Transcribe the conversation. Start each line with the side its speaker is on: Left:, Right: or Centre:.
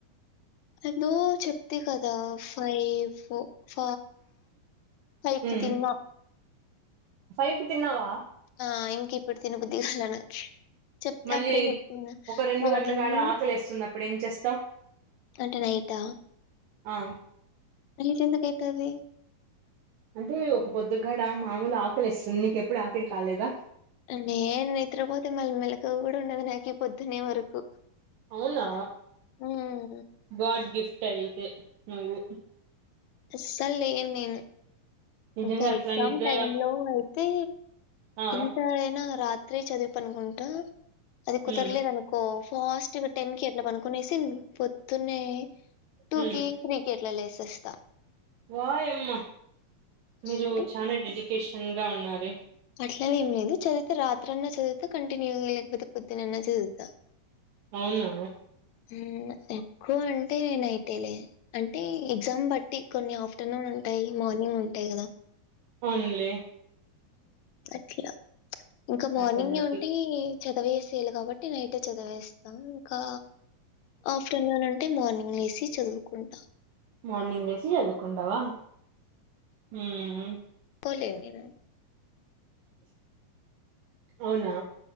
Left: ఏదో చెప్పి కదా ఫైవ్ ఫ ఫైవ్
Right: మ్మ్
Left: తిన్నా
Right: ఫైవ్ కు తిన్నావా
Left: ఆ ఇంకా ఇప్పుడు తిన బుద్ధి కాలే చెప్తే
Right: మళ్ళీ
Left: అప్పుడే చెప్తున్నా
Right: ఒక రెండు
Left: మార్నింగ్
Right: గంటల కాడ ఆకలేస్తుంది అప్పుడు ఏం చేస్తావ్
Left: రిటర్న్ అయిత
Right: ఆ
Left: లేట్ ఎందుకు అయితది
Right: అంటే ఒక పొద్దుగాడ మామూలు ఆకలిస్తుంది నీకెప్పుడు ఆకలి కాలేదా
Left: నేను నిద్రపోతే మెలుకువ కూడా ఉండదు నాక పొద్దునే వరకు
Right: అవునా
Left: ఉమ్
Right: గాడ్ గిఫ్ట్ అయితే నువ్వు
Left: అస్సలే నేను
Right: నిజంగా
Left: ఇంకా
Right: అట్లా
Left: ఎగ్జామ్
Right: నిద్ర
Left: టైమ్ లో అయితే
Right: ఆ
Left: ఎంత అయినా రాత్రి చదివి పాడుకుంటా అది కుదరలేదు
Right: మ్మ్
Left: అనుకో ఫాస్ట్ టెన్ కి అట్లా పను పడుకొనేసి పొద్దునే టూ
Right: మ్మ్
Left: కి త్రీ కి అట్లా లేసేస్తా
Right: వాయమ్మ మీరు
Left: అంటే
Right: చాలా డెడికేషన్ గా ఉన్నరే
Left: అట్లనే ఏం లేదు చదివితే రాత్రన్న చదువుతా కంటిన్యూగా లేకపోతే పొద్దునన్న చదువుతా
Right: అవునా
Left: ఉమ్ ఎక్కువ అంటే నైట్ ఎలే అంటే ఎగ్జామ్ బట్టి కొన్ని ఆఫ్టర్నూన్ ఉంటాయి మార్నింగ్ ఉంటాయి కదా
Right: ఓన్లీ
Left: అట్లా ఇంకా మార్నింగె
Right: అట్ల బట్టి
Left: ఉంటే చదవేస్త కాబట్టి నైట్ చదివేస్తా ఇంకా ఆఫ్టర్నూన్ ఉంటే మార్నింగ్ లేసి చదువుకుంటా
Right: మార్నింగ్ లేసి చదువుకుంటావా ఉమ్
Left: పోలే మీరు
Right: అవునా